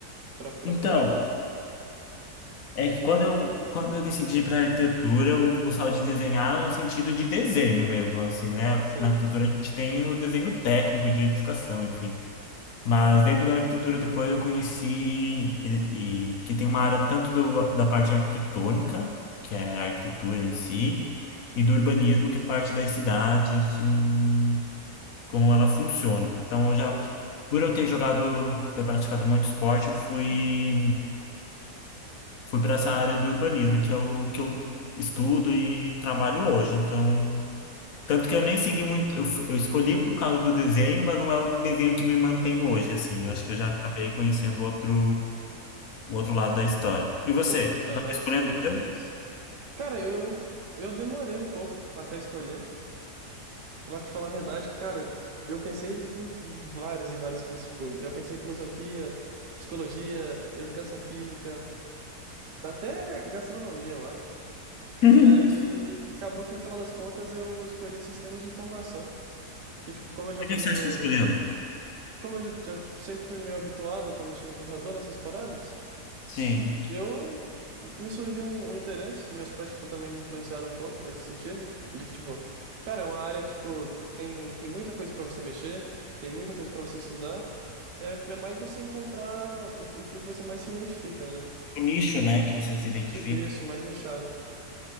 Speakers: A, on the right; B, on the left.
A: pra, pra
B: Então,
A: aproveitar.
B: É que quando eu, quando eu decidi para arquitetura, eu gostava de desenhar no sentido de desenho mesmo, assim, né?
A: Sim,
B: Na arquitetura a gente tem o desenho técnico de educação enfim. Mas dentro da arquitetura depois eu conheci e, e- que tem uma área tanto do, da parte arquitetônica, que é a arquitetura em si, e do urbanismo, que é a parte das cidades e como ela funciona. Então eu já,
A: sim.
B: por eu ter jogado, ter praticado muito esporte, eu fui fui para essa área do urbanismo, que é o que eu estudo e trabalho hoje. Então, tanto que eu nem segui muito, eu, f- eu escolhi por causa do desenho, mas não é o desenho que me mantém hoje, assim.
A: Uhum.
B: Eu acho que eu já acabei conhecendo outro, o outro lado da história. E você,
A: Tipo, outras
B: acabou
A: áreas
B: escolhendo
A: que você gosta
B: o seu?
A: mais. Cara, eu, eu demorei um pouco até escolher. Pra te falar a verdade, cara, eu pensei em em vários e vários cursos. Tipo, já pensei em filosofia, psicologia, educação física, até gastronomia, eu acho.
B: <laughs>
A: E aí, acabou que no final das contas eu escolhi sistemas de informação. Que, tipo, como eu já
B: Por
A: tô
B: que que
A: meio.
B: você acha que escolheu?
A: Como eu já, já, tipo, sempre fui meio habituado a estar mexendo no computador nessas paradas,
B: Sim.
A: Eu me surgiu um, um interesse, meus pais tipo também me influenciaram um pouco nesse sentido, de que tipo, cara, é uma área que tipo tem tem muita coisa para você mexer, tem muita coisa para você estudar. É, é mais você encontrar o, o que que você mais se identifica, né?
B: O nicho, né, que você se identifica.
A: Tipo isso, mais nichado.